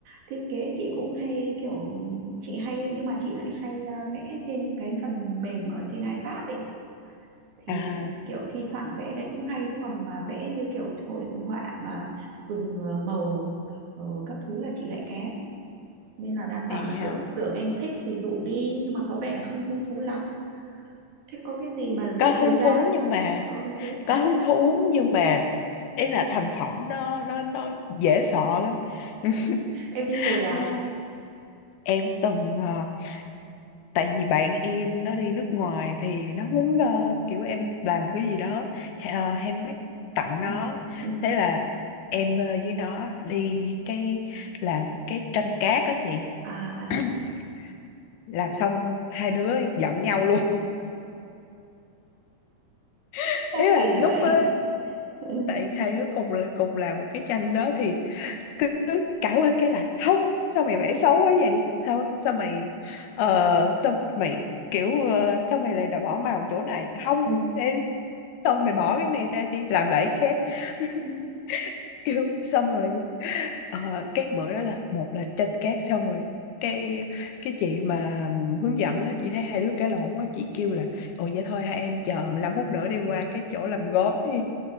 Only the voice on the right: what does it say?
thiết kế chị cũng hay kiểu chị hay nhưng mà chị lại hay ờ, vẽ trên cái phần mềm ở trên iPad ấy thì
kiểu thi thoảng vẽ đấy cũng hay chứ còn mà vẽ như kiểu hội họa mà dùng ờ, màu ờ, các thứ là chị lại kém nên là đang bảo
là tưởng tưởng em thích thì rủ đi nhưng mà có vẻ là không hứng thú lắm thế có cái gì mà
giết
thời
gian
có hứng thú
<laughs> em đi rồi à
ừ.
Ừ.
à à
sao
kỳ
vậy
ừ.
Ừ.
ừ